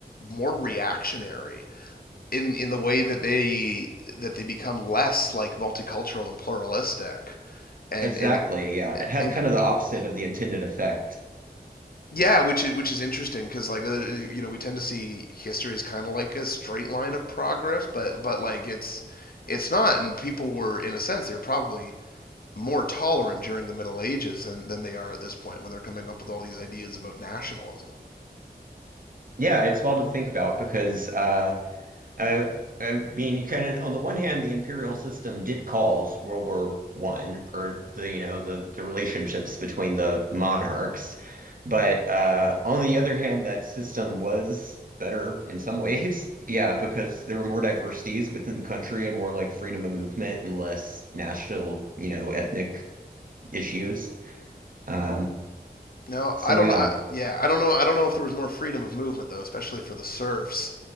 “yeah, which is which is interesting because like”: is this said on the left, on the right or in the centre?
Left